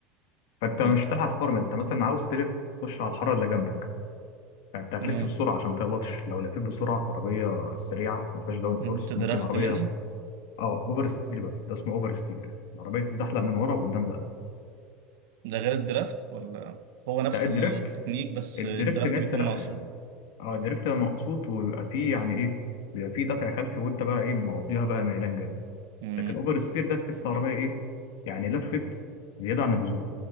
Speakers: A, on the left; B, on the right.
A: فانت
B: مم.
A: مش هتلحق تفرمد انت مثلا عاوز تلف تخش على الحاره اللي جنبك فانت هتلف
B: مم.
A: بسرعه عشان ما تخبطش لو لفيت بسرعه في عربيه سريعه ما فيهاش داون فورس
B: أنت درافت
A: ممكن عربيه
B: مني
A: اه اوفر ستير بقى ده اسمه اوفر ستير العربيه تتزحلق من ورا وقدام
B: ده غير الدرافت ولا هو نفس
A: لا الدريفت
B: التكنيك بس
A: الدريفت
B: الدرافت
A: ان انت
B: بيكون
A: لا
B: مقصود
A: اه الدريفت بيبقى مقصود وبيبقى فيه يعني ايه بيبقى فيه دفع خلفي وانت بقى ايه مقضيها بقى ميلان جامد
B: مم.
A: لكن اوفر السير ده تحس عربيه ايه يعني لفت زياده عن اللزوم